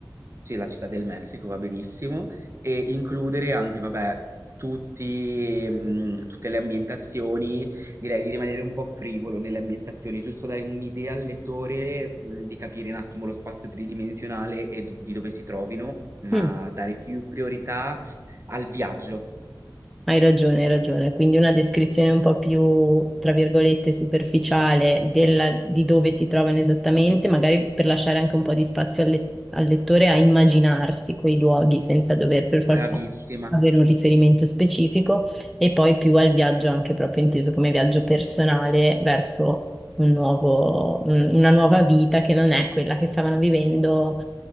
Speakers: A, on the right; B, in the centre.
A: Sì, la città del Messico va benissimo e includere anche, vabbè, tutti, mh, tutte le ambientazioni, direi di rimanere un po' frivolo nelle ambientazioni, giusto dare un'idea al lettore, mh, di capire un attimo lo spazio tridimensionale e d- di dove si trovino, ma
B: Mm.
A: dare più priorità al viaggio.
B: Hai ragione, hai ragione. Quindi una descrizione un po' più, tra virgolette, superficiale della- di dove si trovano esattamente, magari per lasciare anche un po' di spazio al, le- al lettore a immaginarsi quei luoghi senza dover per forza
A: Bravissima.
B: avere un riferimento specifico, e poi più al viaggio, anche proprio inteso come viaggio personale verso un nuovo- un- una nuova vita che non è quella che stavano vivendo,